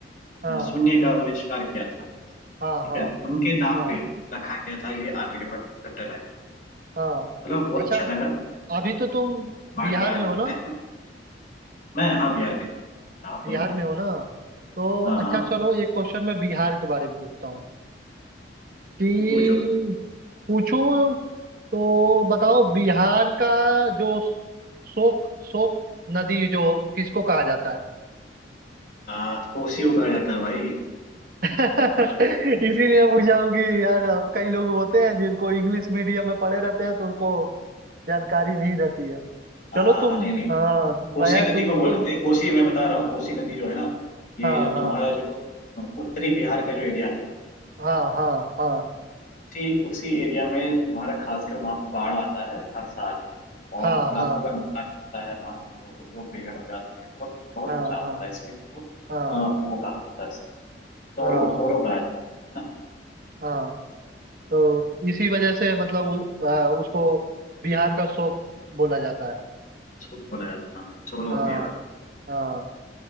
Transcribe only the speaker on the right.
हाँ
हाँ हाँ
हाँ
हाँ
अच्छा
अभी तो तुम
बिहार
में
हो ना
बिहार
में हो ना तो
अच्छा चलो एक क्वेश्चन मैं बिहार के बारे में पूछता हूँ कि
पूछूं तो बताओ बिहार का जो शोक शोक नदी जो किसको कहा जाता है
<laughs> इसीलिए पूछा हूँ कि यार हम कई लोग होते हैं जिनको इंग्लिश मीडियम में पढ़े रहते हैं तो उनको जानकारी नहीं रहती है
चलो तुम
हाँ मैं
तुमको
हाँ
हाँ
हाँ हाँ
हाँ
हाँ
हाँ
हाँ
हाँ
हाँ
हाँ
हाँ, तो इसी वजह से मतलब उ- आ, उसको बिहार का शोक बोला जाता है
हाँ
हाँ